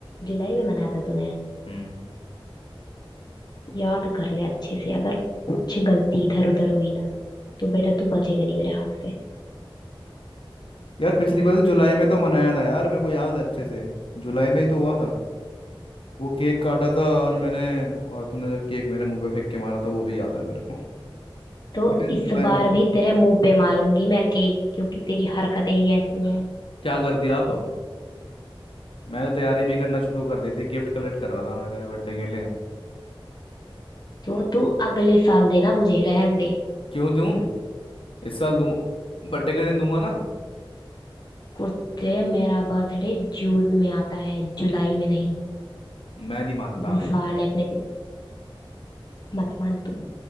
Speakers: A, on the left; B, on the left.
A: जुलाई में मनाया था तूने
B: हम्म
A: याद कर ले अच्छे से अगर कुछ गलती इधर उधर हुई ना तो बेटा तू बचेगा नहीं मेरे हाथ से
B: यार पिछली बार तो जुलाई में तो मनाया था यार मेरे को याद है अच्छे से जुलाई में ही तो हुआ था वो केक काटा था और मैंने और तूने जो केक मेरे मुंह पे फेंक के मारा था वो भी याद है मेरे को
A: तो
B: लेकिन
A: इस
B: जुलाई में
A: बार
B: हुआ
A: भी
B: था
A: तेरे मुंह पे मारूंगी मैं केक क्योंकि तेरी हरकतें ही ऐसी हैं
B: क्या कर दिया आप मैं तो तैयारी भी करना शुरू कर दी थी गिफ्ट कलेक्ट कर रहा था मैं तेरे बर्थडे के लिए
A: तो तू अगले साल देना मुझे रहन दे
B: क्यों दूं इस साल दूं बर्थडे के दिन दूंगा ना
A: कुत्ते मेरा बर्थडे जून में आता है जुलाई में नहीं
B: मैं नहीं मानता
A: घुसा ले अपने दिमाग मत मान तू